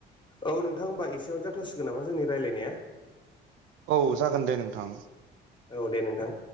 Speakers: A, on the left (about 25°); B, on the right (about 85°).
A: औ नोंथां हबा एसेयावनो जाथसिगोन नामा जोंनि रायज्लायनाया
B: औ जागोन दे नोंथां
A: औ दे नोंथां